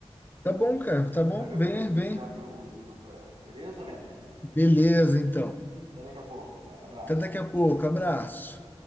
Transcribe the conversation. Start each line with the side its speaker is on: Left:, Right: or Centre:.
Left: Tá bom, cara, tá bom?
Right: para ver o
Left: Vem,
Right: que eu consigo
Left: vem.
Right: tirar pro doutorado. Beleza, man?
Left: Beleza, então.
Right: Até daqui a pouco, cara. Abraço.
Left: Até daqui a pouco. Abraço.